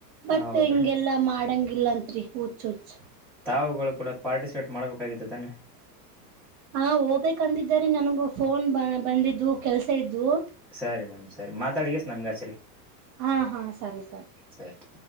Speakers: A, on the right (about 60°); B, in the centre.
A: ಬಟ್
B: ಹೌದ್ರಿ
A: ಹಿಂಗೆಲ್ಲಾ ಮಾಡಂಗಿ ಗಿಲಂತ್ರಿ ಹುಚ್ ಹುಚ್
B: ತಾವುಗಳು ಕೂಡ ಪಾರ್ಟಿಸಿಪೇಟ್ ಮಾಡ್ಬೇಕಾಗಿತ್ತು ತಾನೆ
A: ಹ ಹೋಗ್ಬೇಕಂದಿದ್ದರಿ ನನಗ ಫೋನ್ ಬ ಬಂದಿದ್ದು ಕೆಲ್ಸ ಇದ್ವು
B: ಸರಿ ಮೇಡಮ್ ಸರಿ ಮಾತಾಡಿಗೆ ನಮ್ಗೆ ಹಚ್ಚರಿ
A: ಹಾ ಹಾ ಸರಿ
B: ಸರಿ